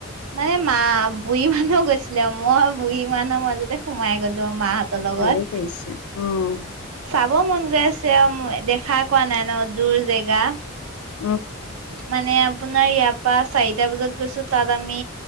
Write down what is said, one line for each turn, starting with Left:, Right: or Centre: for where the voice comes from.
Right: মানে মা বুঢ়ী মানো গৈছিলে মই বুঢ়ী মানুহ মাজতে সোমাই গলো মাহত লগত
Left: ভালে কৰিছা অ',
Right: চাব মন গৈ আছে অ মোৰ, দেখা কোৱা নাই ন দূৰ জেগা
Left: উম
Right: মানে আপোনাৰ ইয়াৰ পা চাৰিটা বজাত গৈছো, তাত আমি